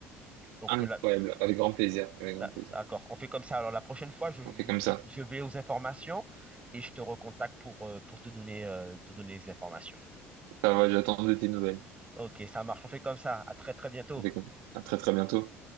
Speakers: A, on the right; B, on the right.
A: Donc,
B: incroyable,
A: euh, là,
B: avec grand plaisir, avec grand
A: là,
B: plaisir.
A: d'accord, on fait comme ça. Alors, la prochaine fois, je,
B: On fait
A: je,
B: comme
A: je,
B: ça.
A: je vais aux informations et je te recontacte pour, euh, pour te donner, euh, te donner les informations.
B: Ça va, j'attends de tes nouvelles.
A: Ok, ça marche. On fait comme ça. À très très bientôt.
B: On fait comme ça. À très très bientôt.